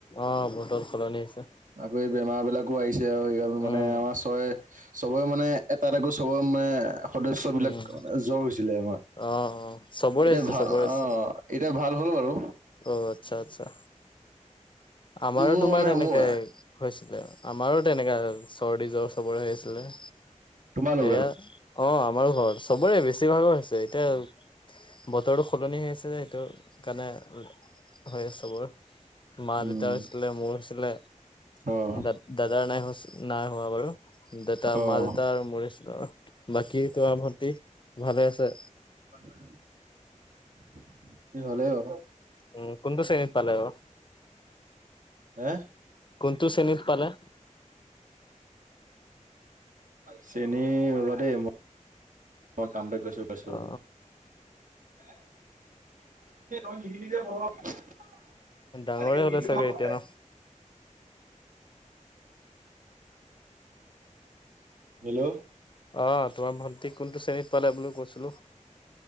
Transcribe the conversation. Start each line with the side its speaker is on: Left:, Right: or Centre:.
Left: অ', বটৰ সলনি হৈছে।
Right: আকৌ এই বেমাৰ বিলাকো আহিছে আৰু <unintelligible> মানে
Left: উম
Right: আমাৰ ছয় চবৰে মানে এটাত আকৌ চবৰে মানে সদস্য বিলাকে
Left: উম
Right: জ্বৰ হৈছিলে। আমাৰ
Left: অ অ চবৰে
Right: এতিয়া
Left: হৈছে
Right: ভাল
Left: চবৰে হৈছে
Right: আহ এতিয়া ভাল হ'ল বাৰু।
Left: অ', আচ্ছা, আচ্ছা, আমাৰো
Right: মোৰ
Left: টোমাৰ
Right: মানে
Left: তেনেকেই
Right: মোৰ
Left: হৈছিলে। আমাৰো তেনেকা চৰ্দি জ্বৰ চবৰে হৈছিলে। সেয়া
Right: তোমালোকৰ?
Left: অ', আমাৰ ঘৰত চবৰে বেছিভাগৰ হৈছে। এতিয়া বতৰটো সলনি হৈ আছে যে, সেইটো কাৰণে হৈ আ চবৰ মা
Right: উম,
Left: দেউতাৰ হৈছিলে। মোৰ হৈছিলে।
Right: অ',
Left: দা দাদাৰ নাই নাই হোৱা বাৰু, দেউতা
Right: অ'।
Left: মা দেউতা আৰু মৰিছিল, বাকী তোমাৰ ভণ্টি ভালে আছে?
Right: <unintelligible> হালে অ,
Left: উম', কোনটো শ্ৰেণীত পালে অ,
Right: হে
Left: কোনটো শ্ৰেণীত পালে।
Right: চেনী ৰৱ দেই মই কাম কৰিছো কৈছোপ
Left: অ
Right: <unintelligible> <unintelligible> <unintelligible>
Left: ডাঙৰে হ'লে চাগে এতিয়া ন।
Right: হেল্ল',
Left: অ', তোমাৰ ভণ্টিক কোনটো শ্ৰেণীত পালে বুলি কৈছিলো।